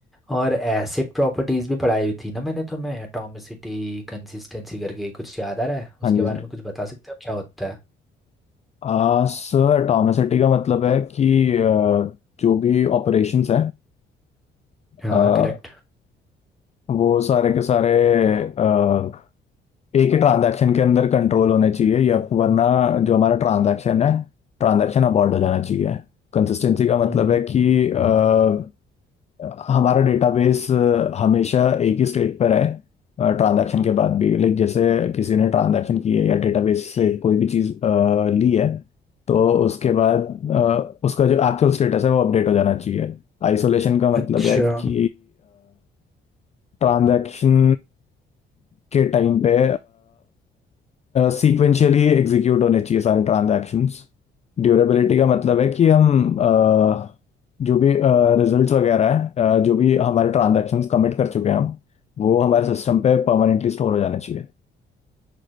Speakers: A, in the centre; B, on the left.
A: और एसिड प्रॉपर्टीज भी पढ़ाई हुई थी ना मैंने तो मैं एटॉमिसिटी कंसिस्टेंसी करके कुछ याद आ रहा है उसके
B: हाँ जी
A: बारे
B: सर
A: में कुछ बता सकते हो क्या होता है
B: आ, सर एटॉमिसिटी का मतलब है कि अ, जो भी ऑपरेशंस
A: हाँ
B: हैं
A: करेक्ट
B: वो सारे के सारे अ, एक ही ट्रांजैक्शन के अंदर कंट्रोल होने चाहिए या वरना जो हमारा ट्रांजैक्शन है ट्रांजैक्शन अबॉर्ड हो जाना चाहिए कंसिस्टेंसी का मतलब
A: हम्म
B: है कि अ, हमारा डेटाबेस हमेशा एक ही स्टेट पर है ट्रांजैक्शन के बाद भी लाइक जैसे किसी ने ट्रांजैक्शन की है या डेटाबेस से कोई भी चीज़ अ, ली है तो उसके बाद अ, उसका जो एक्चुअल स्टेटस है वो अपडेट हो जाना चाहिए आइसोलेशन का मतलब
A: अच्छा
B: है कि ट्रांजैक्शन के टाइम पे सीक्वेंशियली एग्जीक्यूट होने चाहिए सारे ट्रांजैक्शंस ड्यूरेबिलिटी का मतलब है कि हम अ, जो भी रिजल्ट्स uh, वगैरह है अ, जो भी हमारे ट्रांजैक्शंस कमिट कर चुके हैं हम वो हमारे सिस्टम पे परमानेंटली स्टोर हो जाना चाहिए